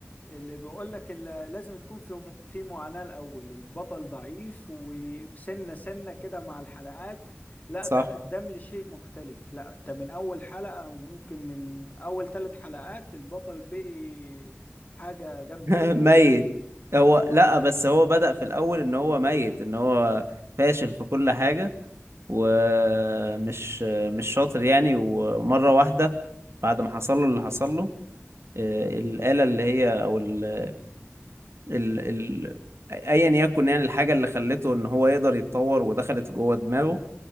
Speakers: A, on the left; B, on the right.
A: اللي بيقول لك اللي لازم تكون في م- في معاناه الاول البطل ضعيف وسنه سنه كده مع الحلقات لا
B: صح
A: ده قدم لي شيء مختلف لا ده من اول حلقه ممكن من اول ثلاث حلقات البطل بقي حاجه جامده
B: <laughs> ميت هو لا بس هو بدأ في الأول إن هو ميت إن هو فاشل في كل حاجة ومش مش شاطر يعني ومرة واحدة بعد ما حصل له اللي حصل له آه، الآلة اللي هي أو ال ال ال أيا يكن يعني الحاجة اللي خلته إن هو يقدر يتطور ودخلت جوه دماغه